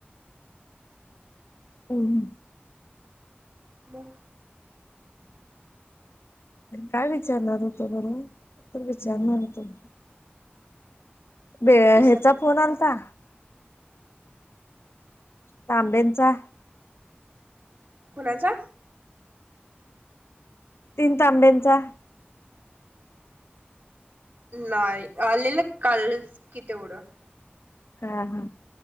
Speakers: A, on the left (about 85°); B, on the right (about 55°).
A: हमम हमम
B: ब
A: काय विचारणार होतो बला त विचारणार होतो बे
B: विसरली
A: ह्याचा फोन आलता तांब्यांचा
B: कोुणाचा
A: तीन तांब्यांचा
B: नाही,, आलेलं कालच कि तेवढं.
A: हां, हा,,